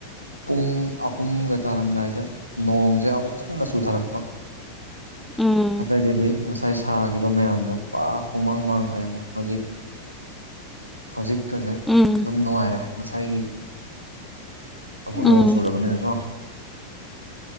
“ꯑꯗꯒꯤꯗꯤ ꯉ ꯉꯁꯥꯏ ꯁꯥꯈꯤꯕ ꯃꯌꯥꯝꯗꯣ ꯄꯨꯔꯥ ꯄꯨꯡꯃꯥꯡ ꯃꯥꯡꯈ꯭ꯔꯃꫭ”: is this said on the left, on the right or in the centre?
Right